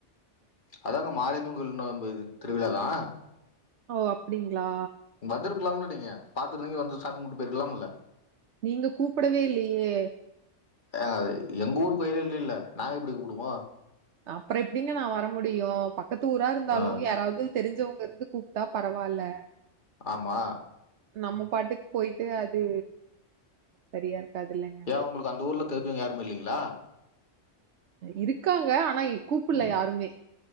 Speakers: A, on the left; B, on the right.
A: அதாங்க மாரியம்மன் கோயில்நோம்பு திருவிழா தா
B: ஓ அப்டிங்களா
A: வந்துருக்கலாம்ல நீங்க பாத்துட்றீங்க வந்து சாமி கும்டு போயிருக்கலாம்ல்ல
B: நீங்க கூப்படவே இல்லயே
A: அ எங்க ஊர் கோயிலே இல்லேல்ல நாங்க எப்டி கூப்டுவோம்
B: அப்பற எப்டிங்க நா வர முடியும் பக்கத்து ஊரா இருந்தாலும்
A: ஆ
B: யாராது தெரிஞ்சவங்கருந்து கூப்ட்டா பரவால்ல
A: ஆமா
B: நம்ம பாட்டுக்கு போயிட்டு அது சரியா இருக்காது இல்லைங்க
A: ஏ உங்களுக்கு அந்த ஊர்ல தெரிஞ்சவுங்க யாருமே இல்லைங்ளா
B: இருக்காங்க ஆனா கூப்பல
A: ம்
B: யாருமே